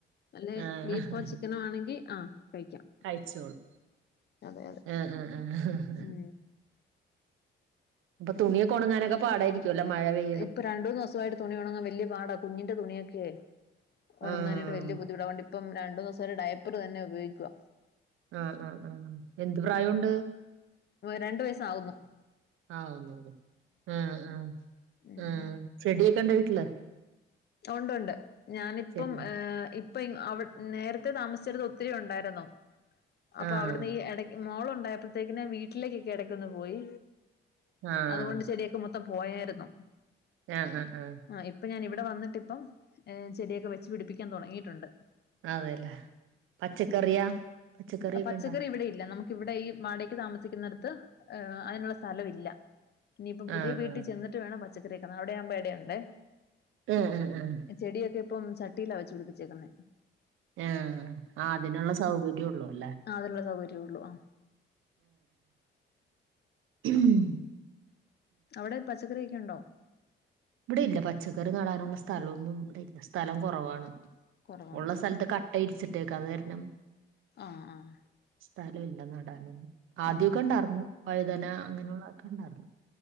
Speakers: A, on the left; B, on the right.
A: അല്ലെ
B: ആഹ്
A: ബീഫോ ചിക്കനോ ആണെങ്കി ആഹ് കഴിക്കാം
B: കഴിച്ചോളും
A: അതെ അതെ
B: ആഹ് ആഹ് ആഹ്
A: ഉം
B: അപ്പൊ തുണിയൊക്കൊണങ്ങാനൊക്കെ പാടായിര് കൂല്ല മഴ പെയ്
A: ഇപ്പൊ രണ്ടൂന്നൂസായിട്ട് തുണി ഒണങ്ങാൻ വല്ല്യ പാടാ കുഞ്ഞിന്റെ തുണിയൊക്കെ ഒണങ്ങാന്
B: ആഹ്
A: ട്ട് വല്ല്യ ബുദ്ധിമുട്ട ഓണ്ടിപ്പം രണ്ടൂന്നൂസായിട്ട് ഡയപ്പർ തന്നെ ഉപയോഗിക്ക്വ
B: ആഹ് ആഹ് ആഹ് എന്ത് പ്രായൊണ്ട്
A: രണ്ടു വയസ്സ് ആവുന്നു
B: ആന്നോ ആഹ് ആഹ്
A: ഉം
B: ആ ചെടിയൊക്കണ്ട വീട്ട്ല്ല്
A: ഒണ്ടൊണ്ട് ഞാനിപ്പം
B: ചെടി
A: ഏഹ് ഇ പ്പ ഇങ് അവ് നേര്ത്തെ താമസിച്ചര്ന്നെ ഒത്തിരി ഒണ്ടായിര്ന്നു അപ്പൊ
B: ആഹ്
A: അവിട്ന്ന് ഈ എടെ മോളൊണ്ടായ്പ്പത്തേക്കിന് വീട്ടിലേക്കെക്കെ എടക്കൊന്ന് പോയി
B: ആഹ്
A: അതുകൊണ്ട് ചെടിയൊക്കെ മൊ ത്തം പോയാര്ന്നു
B: ആഹ് ഹ ഹ
A: ആഹ് ഇപ്പൊ ഞാൻ ഇവടെ വന്നിട്ട് ഇപ്പം ഏഹ് ചെടിയൊക്കെ വെച്ച് പിടിപ്പിക്കാൻ തൊടങ്ങീട്ടൊണ്ട്
B: അതെല്ലേ പച്ചക്കറിയാ പച്ചക്കറിയൊക്കെണ്ടാ
A: പച്ചക്കറി ഇവിടെ ഇല്ല നമ് ഇവിടെ ഈ വാടക്ക് താമസിക്ക്ന്നെടത്ത് ഏഹ് അയ്നൊള്ള സലവില്ല ഇനിപ്പം പുതിയ
B: ആഹ്
A: വീട്ടിൽ
B: ആഹ്
A: ചെന്നിട്ട് വേണം പച്ചക്കറ്യെക്കെ അവ്ടെയാമ്പോ എടെയൊണ്ടെ
B: ഉം ഉം ഉം
A: ചെടിയൊക്കെ ഇപ്പം ചട്ടീല വെച്ച് പിടിപ്പിച്ചേക്കുന്നെ
B: ആഹ് ആഹ് അതിനൊള്ള സൗകര്യൊള്ളൂ അല്ലേ
A: അതിനൊള്ള സൗകര്യേ ഒള്ളൂ ആഹ്
B: ഉം
A: അവടെ പച്ചക്കറ്യൊക്കെ ഒണ്ടോ
B: ഇവടേല്ല പച്ചക്കറി നടാനൊള്ള സ്ഥലോന്നും ഇവടെല്ല സ്ഥലം കൊറവാണ്
A: കുറവാണ്
B: ഒള്ള
A: ആഹ്
B: സ്ഥൽത്ത് ക ട്ട വിരിച്ചിട്ടേക്കാ അത് കാരണം
A: ആഹ് ആഹ്
B: സ്ഥലൊല്ല നടാന് ആദ്യൊക്കെ
A: ആഹ്
B: ഇണ്ടാർന്ന് വഴുതന അങ്ങനൊള്ള കണ്ടാർന്നു